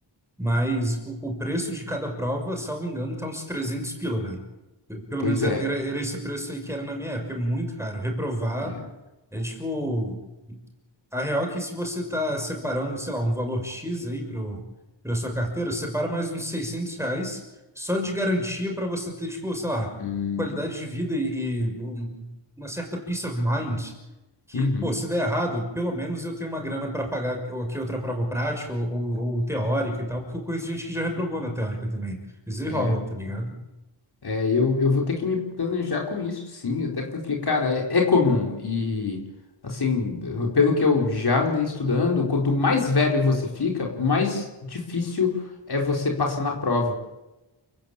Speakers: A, in the centre; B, on the left.
A: Mas o, o preço de cada prova, salvo engano, tá uns 300 pila, velho. Pelo
B: Pois
A: menos era,
B: é,
A: era, era esse preço aí que era na minha época. É muito caro. Reprovar
B: né?
A: é tipo. A real é que se você está separando, sei lá, um valor X aí para sua carteira, separa mais uns 600 reais só de garantia para você ter, tipo, sei lá,
B: Hum,
A: qualidade de vida e, e um- uma certa peace of mind que,
B: uhum.
A: pô, se der errado, pelo menos eu tenho uma grana para pagar ou aqui outra prova prática ou, ou- ou teórica e tal, porque eu conheço gente que já reprovou na teórica também. Isso aí
B: É,
A: rola, tá ligado?
B: É, eu, eu vou ter que me planejar com isso, sim, até porque, cara, é, é comum. E, assim, pelo que eu já andei estudando, quanto mais velho você fica, mais difícil é você passar na prova.